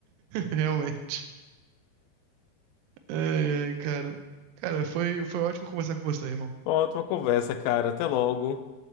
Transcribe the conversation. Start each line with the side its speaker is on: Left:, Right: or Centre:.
Right: Realmente. Ai, ai, cara. Cara, foi, foi ótimo conversar com você, irmão.
Left: Ótima conversa, cara. Até logo.